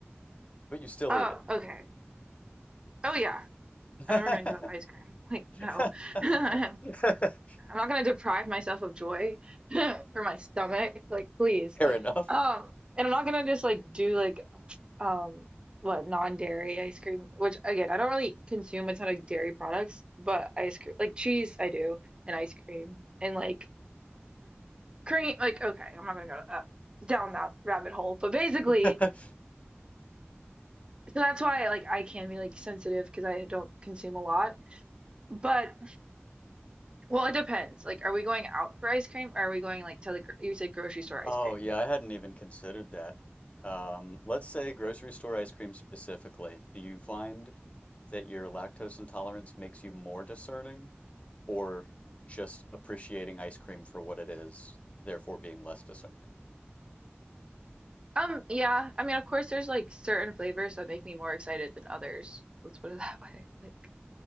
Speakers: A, on the left; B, on the right.
A: but you still
B: Oh,
A: eat
B: okay. Oh, yeah.
A: it?
B: I'm never gonna give up ice cream.
A: <laughs>
B: <laughs> Like, no. <laughs> I'm not gonna deprive myself of joy <laughs> for my stomach. Like, please.
A: Fair enough.
B: Um, and I'm not gonna just like do like um what non-dairy ice cream, which again, I don't really consume a ton of dairy products, but ice cream, like cheese, I do, and ice cream, and like cream. Like, okay, I'm not gonna go to that down that rabbit hole. But basically,
A: <laughs>
B: so that's why like I can be like sensitive because I don't consume a lot. But Well, it depends. Like, are we going out for ice cream or are we going like to the, gr- you said grocery store ice
A: Oh,
B: cream?
A: yeah, I hadn't even considered that. Um, let's say grocery store ice cream specifically. Do you find that your lactose intolerance makes you more discerning or just appreciating ice cream for what it is, therefore being less discerning?
B: Um, yeah. I mean, of course, there's like certain flavors that make me more excited than others. Let's put it that <laughs> way. Like,